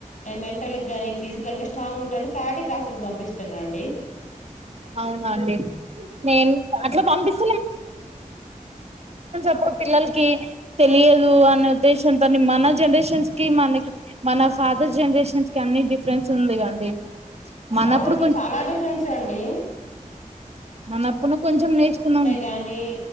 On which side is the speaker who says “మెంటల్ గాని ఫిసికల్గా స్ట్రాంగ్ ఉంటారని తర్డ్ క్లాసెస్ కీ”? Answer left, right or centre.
Left